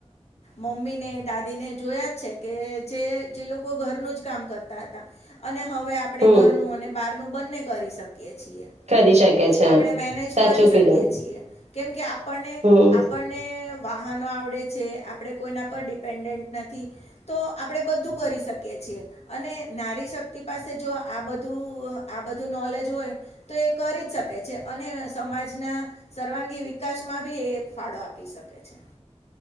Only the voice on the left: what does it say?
મમ્મીને દાદીને જોયા જ છે કે જે જે લોકો ઘરનું જ કરતા હતા અને હવે આપણે
ઘરનું બ નું બંન્ને કરી શકે.
આપણે મેનેજ
કરી
શકીએ છીએ કેમ કે આપણને
આપણને વાહનો આવડે છે આપણે કોઈના પર ડિપેન્ડન્ટ નથી તો આપણે બધું કરી શકીએ છીએ અને નારી શક્તિ પાસે જો આ બધું આ બધું નોલેજ હોય તો એ કરી જ શકે છે અને સમાજના સર્વાંગી વિકાસમાં બી એ ફાળો આપી શકે છે